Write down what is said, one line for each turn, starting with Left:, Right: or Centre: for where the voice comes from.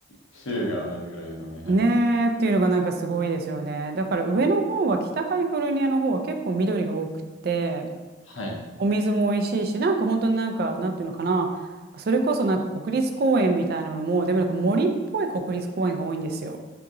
Left: 州が同じぐらいですよね。はい。
Right: ねえっていうのがなんかすごいですよね。だから上の方は北カリフォルニアの方は結構緑が多くて
Left: はい。
Right: お水も美味しいしなんか本当になんかなんていうのかなそれこそなんか国立公園みたいなのもでもなんか森っぽい国立公園が多いんですよ。